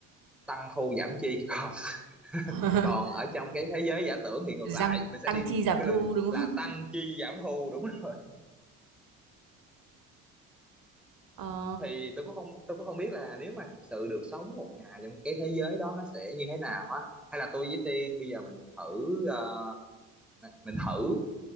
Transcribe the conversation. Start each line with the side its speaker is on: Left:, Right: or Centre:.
Centre: tăng thu giảm chi <laughs> còn
Right: <laughs>
Centre: còn ở trong cái thế giới giả tưởng thì ngược
Right: răng
Centre: lại mình sẽ
Right: tăng
Centre: đi
Right: chi giảm
Centre: theo cái
Right: thu
Centre: lu-
Right: đúng
Centre: là
Right: không
Centre: tăng chi giảm thu đúng rồi
Right: Ờ
Centre: thì tôi cũng không tôi cũng không biết là nếu mà thực sự được sống một ngày trong cái thế giới đó nó sẽ như thế nào á hay là tôi với Tiên bây giờ mình thử ờ, mình thử